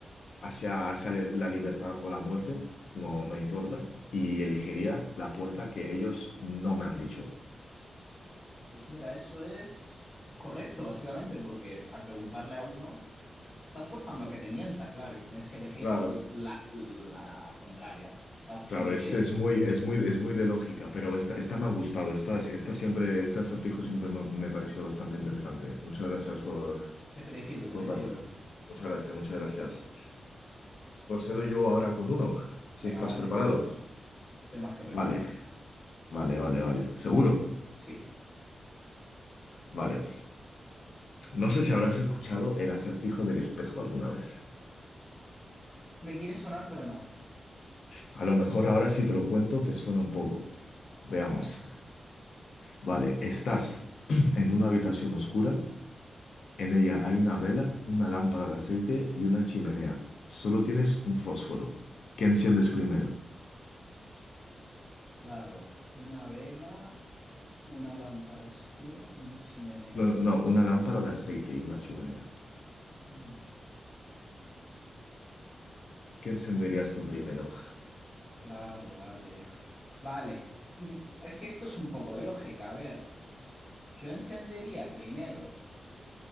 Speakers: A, on the left (about 65°); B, on the left (about 30°).
A: hacia, hacia la la libertad o la muerte, no, no importa, y elegiría la puerta que ellos no me han dicho.
B: pues mira, eso es correcto, básicamente, porque al preguntarle a uno, estás forzando a que te mienta, claro, y tú tienes que elegir
A: Claro.
B: la, la contraria. Lo has hecho
A: Claro,
B: muy
A: es,
B: bien.
A: es muy, es muy, es muy de lógica, pero esta, esta me ha gustado. Esta, esta siempre, este acertijo siempre me, me pareció bastante interesante. Muchas gracias por,
B: Te felicito,
A: por
B: te
A: preguntarme.
B: felicito.
A: Muchas gracias, muchas gracias. Procedo yo ahora con uno, si
B: Venga,
A: estás
B: vale,
A: preparado.
B: estoy más que preparado.
A: Vale, vale, vale, vale. ¿Seguro?
B: Sí.
A: Vale. No sé si habrás escuchado el acertijo del espejo alguna vez.
B: Me quieres sonar, pero no.
A: A lo mejor ahora si te lo cuento te suena un poco. Veamos.
B: Venga,
A: Vale, estás <clears throat> en una habitación oscura. En ella hay una vela, una lámpara de aceite y una chimenea. Solo tienes un fósforo. ¿Qué enciendes primero?
B: claro, una vela, una lámpara oscura y una chimenea.
A: No, no, no, una lámpara de aceite y una chimenea.
B: Mm.
A: ¿Qué encenderías tú primero?
B: Claro, vale. Uf. Vale. Mm, Es que esto es un poco de lógica. A ver, yo encendería primero.